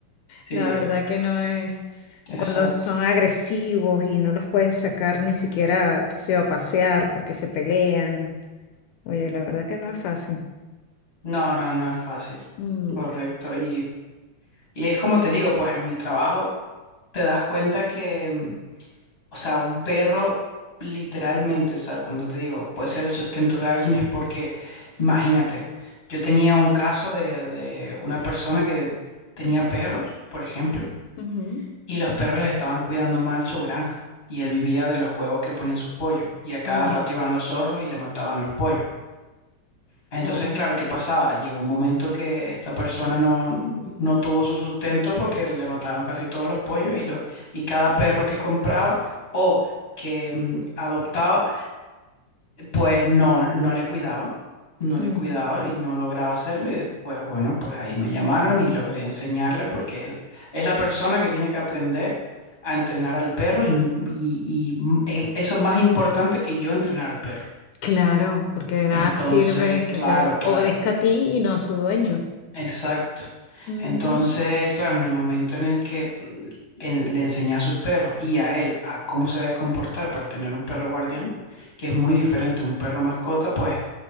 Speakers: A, on the left; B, on the left.
A: Sí,
B: la verdad que no es,
A: exacto.
B: cuando son agresivos y no los puedes sacar ni siquiera, que se va a pasear porque se pelean, oye, la verdad que no es fácil.
A: No, no, no es fácil.
B: Mm,
A: Correcto. Y, y es como te digo, pues en mi trabajo te das cuenta que, mm, o sea, un perro literalmente, o sea, cuando te digo, puede ser el sustento de alguien, es porque, imagínate, yo tenía un caso de, de una persona que tenía perros, por ejemplo
B: ujú.
A: Y los perros les estaban cuidando mal su granja, y él vivía de los huevos que ponían sus pollos, y a cada
B: Oh,
A: rato iban los zorros y le mataban los pollos. Entonces,
B: oh.
A: claro, ¿qué pasaba? Llegó un momento que esta persona no, no tuvo su sustento porque le mataron casi todos los pollos y, lo- y cada perro que compraba o que mm, adoptaba pues no, no le cuidaba, no le
B: mm,
A: cuidaba y no lograba hacerlo y después, bueno, pues ahí me llamaron y logré enseñarle porque es, es la persona que tiene que aprender a entrenar al perro y, y- y m- e- eso es más importante que yo entrenar al perro.
B: Claro, porque de nada
A: Entonces,
B: sirve que
A: claro,
B: te
A: claro,
B: obedezca a ti y no a su dueño.
A: exacto.
B: Ujú.
A: Entonces, claro, en el momento en el que mm, en- le enseñé a sus perros y a él a cómo se debe comportar para tener un perro guardián, que es muy diferente a un perro mascota, pues